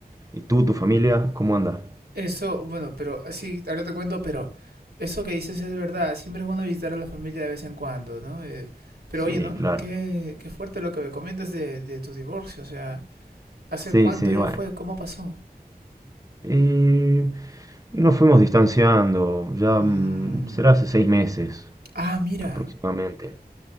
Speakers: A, on the right; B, on the right.
A: ¿Y tú, tu familia, cómo anda?
B: Eso, bueno, pero sí, ahora te cuento, pero eso que dices es verdad. Siempre es bueno visitar a la familia de vez en cuando, ¿no? Eh, pero
A: Sí,
B: oye, ¿no?
A: claro.
B: Qué, qué fuerte lo que me comentas de, de tu divorcio. O sea, ¿hace
A: Sí,
B: cuánto
A: sí,
B: ya
A: bueno.
B: fue? ¿Cómo pasó?
A: Eh, nos fuimos distanciando, ya
B: Mm,
A: mm, será hace seis meses
B: Ah, mira.
A: aproximadamente.